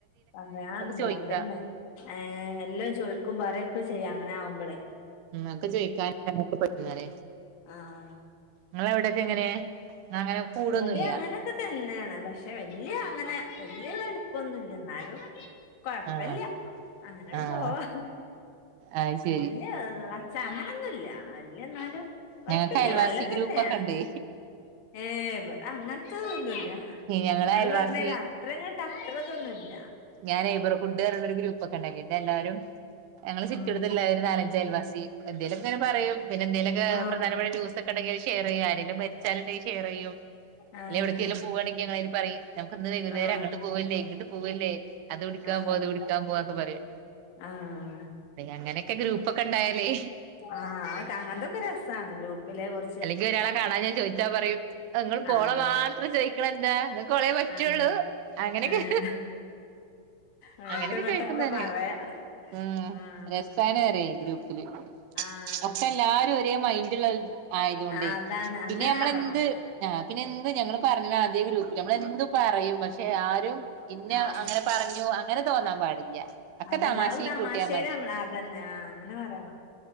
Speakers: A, on the left; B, on the right.
A: പറയാനുണ്ടോ.
B: ചോദിക്കാം
A: അതെന്നെ ഏഎല്ലാം ചോദിക്കും പറയാ ഒക്കെ ചെയ്യാം അങ്ങനെ ആകുമ്പളേ.
B: ഓക്കൊ ചോയിക്കാനൊക്കെ പറ്റൂന്ന് നോര
A: ആഹ്
B: നിങ്ങളെ അവിടൊക്കെ എങ്ങനെയ. അങ്ങനെ കൂടൊന്നുംല്ല
A: ഇവിടെ അങ്ങനൊക്കെതന്നേണ്. പക്ഷെ വല്യ ങ്ങനെ വല്യരട്പ്പൊന്നുല്യന്നാലും. കൊഴപ്പല്യ
B: ആഹ്
A: അങ്ങനട്
B: ആഹ്
A: പോവാ
B: അത് ശരി
A: ഇല്ല അങ്ങനൊന്നുല്ല വല്യന്നാലും കൊഴപ്പല്ല്യ
B: ഞങ്ങക്ക് അയൽവാസി
A: നല്ലതെന്നേണ്
B: ഗ്രൂപ്പൊക്കെ ഇണ്ടേ
A: ഏഹ് വടെ അങ്ങൻത്തതൊന്നുല്ല്യ
B: ഞങ്ങളെ
A: ങ്ങള്
B: അയൽവാസി
A: പറഞ്ഞാരി അത്രങ്ങട്ട് അത്രതൊന്നുല്ല
B: ഞാന് നൈബർ ഹുഡ് ർഞ്ഞാണ്ടൊര് ഒരു ഗ്രൂപ്പൊക്കെണ്ടാക്കിട്ടെല്ലാരും. ഞങ്ങളെ ചിറ്റൊട്ടത്ത്ള്ള
A: ഉം
B: ഒര് നാല ന്റയൽവാസി എന് പറയും പിന്നെ എന്തേലൊക്കെ
A: ആഹ്
B: പ്രധാനപ്പെട്ട ക്കെണ്ടെങ്കില് ഷെയറെയ്യാ. ആരേലും മര്ച്ചാല്ണ്ടെങ്കി ഷെയറെയ്യും.
A: ആഹ്
B: അല്ലെ എവിട്ക്കേലും പോവാണെങ്കി ഞങ്ങളയ്ല് പറിം. ഞമ്മക്ക് ഇന്ന് വൈകുന്നേരം
A: ആഹ്
B: അങ്ങട്ട് പോവല്ലേ ഇങ്ങട്ട് പോവല്ലേ. അത് കുടിക്കാൻ
A: ആഹ്
B: പോ അത് കുടിക്കാൻ പോവാക്കെ പറിം
A: ആഹ്
B: അങ്ങനൊക്കെ ഗ്രൂപ്പൊക്കെണ്ടായാല്
A: ആഹ് അങ്ങനത്തൊക്കെ രസാണ് ഗ്രൂപ്പിലെ കൊർ
B: അല്ലെങ്കി ഒരാളെ കാണാഞ്ഞാ ചോയ്ച്ചാ പറയും ഔ ങ്ങള് പോള
A: ആഹ്
B: മാത്രം ചോയ്ക്ക്ണെന്താ? ങ്ങക്കോളെ പറ്റുള്ളൂ
A: ആഹ്
B: അങ്ങനൊക്കെ
A: ആഹ് അങ്ങട്ടും
B: അങ്ങനൊക്കെ
A: ഇങ്ങട്ടൊക്കെ
B: ചോയ്ക്കുന്നന്.
A: പറയാ
B: ഉം
A: ആഹ്
B: രസാണറിയ് ഗ്രൂപ്പ്‌
A: ആഹ്
B: ഒക്കെ എല്ലാരും ഒരേ മൈന്റ്ള്ള ആയതോണ്ടെ
A: ആഹ് അതാണ്
B: പിന്നെ
A: അങ്ങനെ
B: ഞമ്മളെന്ത്‌
A: ആവണം
B: ആ പിന്നെ എന്ത് ഞങ്ങള് പറഞ്ഞതാ ആദ്യെ ഗ്രൂപ്പില് നമ്മളെന്തും പറയും. പക്ഷെ
A: ഉം
B: ആരും ഇന്നെ
A: ആഹ്
B: അങ്ങനെ പറഞ്ഞു അങ്ങനെ തോന്നാൻ പാടില്ല. ഒക്കെ
A: അതല്ല
B: തമാശീ
A: അയ് തമാശ്ശേല്
B: കൂട്ടിയാ മതി
A: നമ്മള അതെന്നെ ആ ങ്ങനെ പറയണം